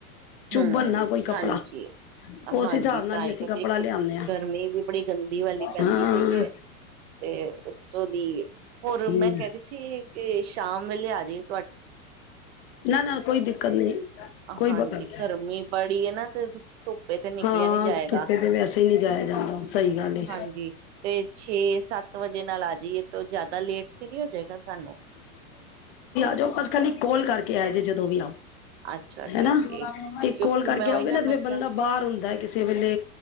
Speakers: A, on the left; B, on the right.
A: ਚੁੱਭਣ
B: ਹਮ
A: ਨਾ ਕੋਈ ਕੱਪੜਾ
B: ਹਾਂਜੀ
A: ਉਸ
B: ਹਾਂਜੀ
A: ਹਿਸਾਬ ਨਾਲ
B: ਤਾਂ ਹੀ
A: ਅਸੀਂ
B: ਕਰ
A: ਕੱਪੜਾ
B: ਇੱਕ
A: ਲਿਆਨੇ ਆ
B: ਗਰਮੀ ਵੀ ਬੜੀ ਗੰਦੀ ਵਾਲੀ ਪੈ
A: ਹਾਂ
B: ਜਾਂਦੀ ਪਈ ਹੈ ਤੇ ਉਤੋਂ ਦੀ ਹੋਰ
A: ਹੂੰ
B: ਮੈਂ ਕਹਦੀ ਸੀ ਕਿ ਸ਼ਾਮ ਵੇਲੇ ਆ ਜਾਹੀ
A: ਨਾ ਨਾ ਕੋਈ ਦਿੱਕਤ ਨਹੀਂ ਕੋਈ
B: ਹਾਂਜੀ
A: ਬਕਤ ਨਹੀਂ
B: ਗਰਮੀ ਬੜੀ ਹੈ ਨਾ ਤੇ ਧੁੱਪੇ ਤੇ ਨਿਕਲਿਆ
A: ਹਾਂ
B: ਨੀ ਜਾਏਗਾ
A: ਧੁੱਪੇ ਤੇ ਵੈਸੇ ਹੀ ਨਹੀਂ ਜਾਇਆ ਜਾਂਦਾ ਸਹੀ ਗੱਲ ਏ
B: ਹਾਂਜੀ ਤੇ ਛੇ ਸੱਤ ਵਜੇ ਨਾਲ ਆ ਜਾਈਏ ਤਾਂ ਜ਼ਿਆਦਾ ਲੇਟ ਤੇ ਨੀ ਹੋ ਜਾਏਗਾ ਸਾਨੂੰ
A: ਜੋ ਬਸ ਖਾਲੀ ਕਾਲ ਕਰਕੇ ਆਏ ਜੇ ਜਦੋਂ ਵੀ ਆਓ
B: ਅੱਛਾ ਠੀਕ
A: ਹਨਾ
B: ਹੈ।
A: ਇੱਕ
B: ਕਿਉਂਕਿ
A: ਕੋਲ ਕਰਕੇ
B: ਮੈਂ ਉਹੀ
A: ਆਓਗੇ ਨਾ ਤੇ
B: ਮੈਂ
A: ਫੇਿਰ ਬੰਦਾ
B: ਕਿਹਾ
A: ਬਾਹਰ ਹੁੰਦਾ ਕਿਸੇ ਵੇਲੇ